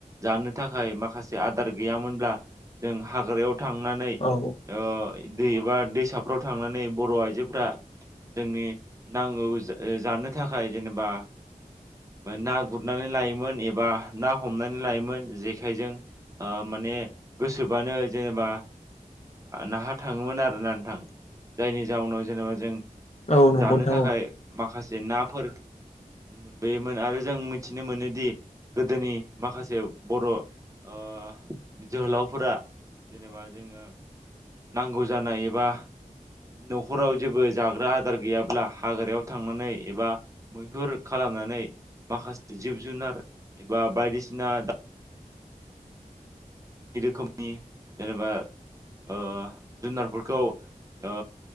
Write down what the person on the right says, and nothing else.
जानो थाखाय माखासे आदार गैयामोन ब्ला हाग्रायाव थांनानै
ओ दै बा दैसा फोराव थांनानै बर' आइजोफोरा जोंनि नांगौ जानो थाखाय जेनेबा ना गुरनानै लायोमोन एबा ना हमनानै लायोमोन जेखायजों मानानि गोसोबानो जेनेबा नाहा थाङोमोन आरोना नोंथां? जायनि जाउनाव जेनेबा जों
जानो
थाखाय
माखासे नाफोर मोनबोयोमोन आरो जों मिथिनो मोनोदि गोदोनि माखासे बर ओ जोहोलावफोरा जेनेबा जोङो नांगौ जानाय एबा न'खराव जेबो जाग्रा आदार गैयाब्ला हाग्रायाव थांनानै एबा मैहुर खालामनानै माखासे जिब जुनार एबा बायदिसिना बिदि रोखोमनि जेनेबा ओ जुनारफोरखौ ओ